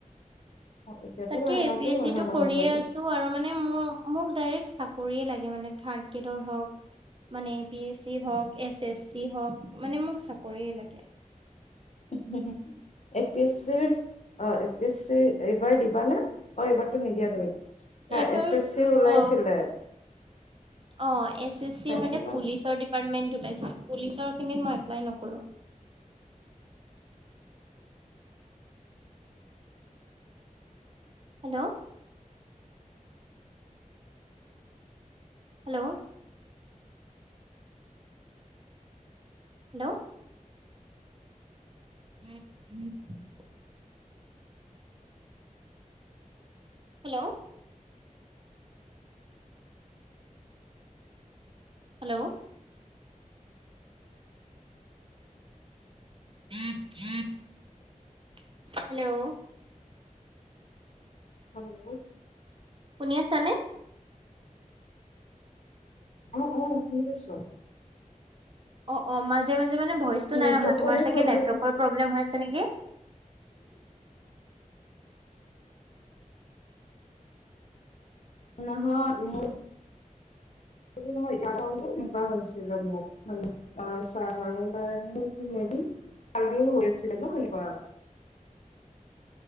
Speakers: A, on the left; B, on the right.
A: এতিয়াতো
B: তাকে
A: লাইনতো
B: এ পি এছ চি
A: অহা
B: টো
A: নহয়
B: কৰিয়ে
A: বাৰু
B: আছো আৰু মানে মোৰ মোক ডাইৰেক্ট চাকৰিয়ে লাগ মানে থাৰ্ড গ্ৰেডৰ হওক- মানে বি এছ চি হওক এছ এছ চি হওক মানে মোক চাকৰিয়ে লাগে।
A: উ উ <unintelligible> এ পি এছ চি অ এ পি এছ চি এইবাৰ দিবানে অ এইবাৰতো নিদিয়া তুমি হা
B: এইপ
A: এছ এছ চিৰ ওলাইছিলে
B: অ। অ এছ এছ চিৰ
A: চাইছিলা
B: মানে পুলিচৰ ডিপাৰ্টমেন্ট ওলাইছিল। পুলিচৰ খিনিত মই এপ্লাই নকৰোঁ। Hello hello hello <unintelligible> hello hello hello
A: hello
B: শুনি আছা নে?
A: আহ অ শুনি আছো
B: অ অ মাজে মাজে- টে মানে ভইচ
A: নেটৱৰ্কৰে
B: নাই অহা তোমাৰ চাগে
A: প্ৰব্লেম
B: নেটৱৰ্কৰ প্ৰব্লেম নেকি?
A: নহৈ মোৰ - এনেুৱা হৈছিল মোৰ চ ম <inaudible> কালিও হৈছিলে ন এনেকুৱা